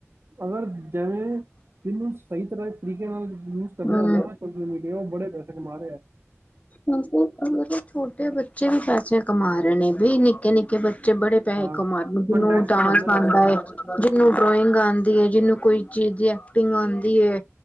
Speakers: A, on the right; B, on the left.
A: ਅਗਰ ਜਿਵੇਂ ਮੈਨੂੰ ਸਹੀ ਤਰ੍ਹਾਂ ਤਰੀਕੇ ਨਾਲ ਯੂਜ ਕਰਨਾ
B: ਹੂੰ
A: ਹੁੰਦਾ ਸੋ ਮੀਡੀਆ ਉਹ ਬੜੇ ਪੈਸੇ ਕਮਾ ਰਹੇ ਹੈ।
B: ਹਾਂਜੀ <inaudible> ਛੋਟੇ ਬੱਚੇ ਵੀ ਪੈਸੇ ਕਮਾ ਰਹੇ ਨੇ ਵੀ ਨਿੱਕੇ-ਨਿੱਕੇ ਬੱਚੇ ਬੜੇ। ਪੈਹੇ
A: ਹਾਂ
B: ਕਮਾਲੋ ਨੂੰ ਜਿਹਨੂੰ
A: ਕੰਟੈਂਟ ਬਣਾਉਂਦੇ
B: ਡਾਂਸ
A: ਨਾ
B: ਆਉਂਦਾ
A: ਬਣਾਵਾ
B: ਹੈ। ਜਿਹਨੂੰ ਡਰੋਇੰਗ ਆਉਂਦੀ ਹੈ ਜਿਹਨੂੰ ਕੋਈ ਚੀਜ਼ ਦੀ ਐਕਟਿੰਗ ਆਉਂਦੀ ਹੈ।